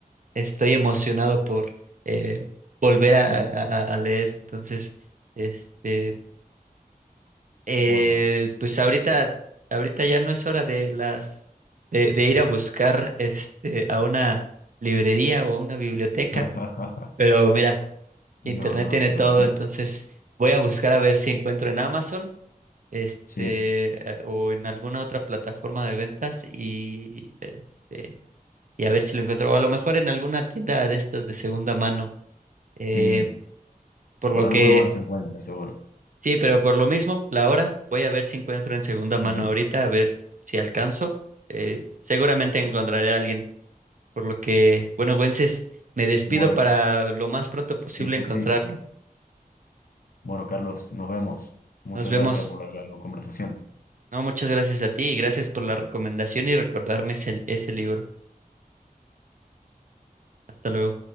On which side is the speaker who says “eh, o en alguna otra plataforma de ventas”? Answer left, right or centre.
Right